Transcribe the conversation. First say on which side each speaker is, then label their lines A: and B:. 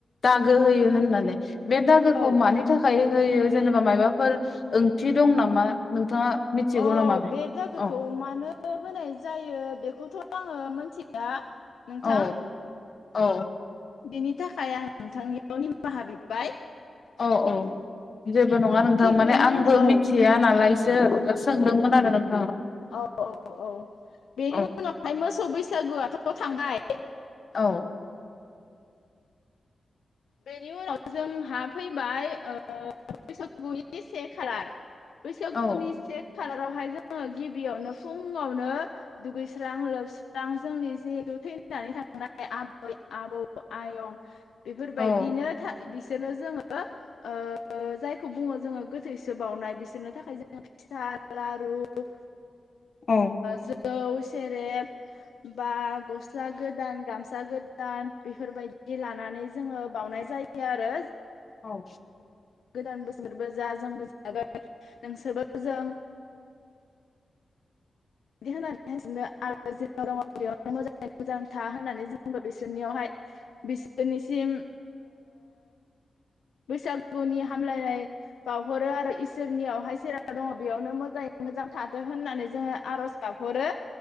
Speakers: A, on the left; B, on the left.
A: दागो होयो होननानै बे दागोखौ
B: औ
A: मानि थाखाय हो होयो जेनेबा मायबाफोर ओंथि दं नामा? नोंथाङा मिथिगौ
B: अ
A: नामा
B: बे दागोखौ
A: औ
B: मानो होनाय जायो बेखौथ' आङो मिथिया नोंथां।
A: औ औ।
B: बेनि थाखाय आं नोंथांनियाव निमाहा बिबाय
A: औ औ। जेबो नङा नोंथां
B: थिग
A: माने
B: बेनि
A: आंबो
B: उनाव
A: मिथिया नालाय <unintelligible> सोंदोंमोन आरो नों
B: औ औ औ बेनि
A: औ
B: उनावहाय मोसौै बैसा सागुआथ' थांबाय
A: औ।
B: बेनि उनाव जों हा फै बाय ओ बैसागुनि से खालार बैसागुनि
A: औ
B: से खालारावहाय जोङो गिबियावनो फुङावनो दुगैस्रां लोबस्रां जोंनि जि थैनानै थांनाय आबै आबौ आयं बेफोरबायदिनो
A: औ
B: था बिसोरनो जोङो ओ जायखौ बुङो जोङो गोथैसो बावनाय बिसोरनो थाखाय जोङो फिथ लारु ओ
A: औ
B: जो जौ सेरेब बा गस्ला गोदान गामसा गोदान बेफोरबायदि लानानै जोङो बावनाय जायो आरो।
A: औ।
B: गोदान बोसोरबो जा जोंबो जागोन नोंसोरबो जों बिदि होनानैहाय सोबनो आरो जाव दङ बेयाव मोजाङै मोजां था होननानै जों बुंद बिसोरनियावहाय बिसोरनिसिम बैसागुनि हामलायनाय बावहरो आरो इसोरनियावहाय जेराव दङ बेयावनो मोजाङै मोजां थादो होननानै जोङो आरज गाबहरो।